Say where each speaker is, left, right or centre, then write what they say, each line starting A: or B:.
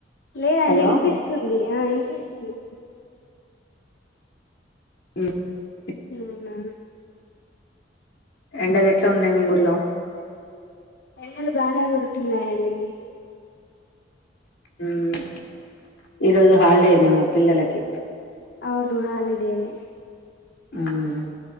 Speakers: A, on the left; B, on the left.
A: లేదండి
B: హలో
A: ఇనిపిస్తుంది ఆ ఇనిపిస్తుంది
B: ఉమ్
A: అవునా
B: ఎండలు ఎట్లా ఉన్నాయి మీ ఊర్లో
A: ఎండలు బానే గొడుతున్నాయండి
B: ఉమ్ ఈరోజు హాలిడేనేమో పిల్లలకి
A: అవును హాలిడేనే
B: ఉమ్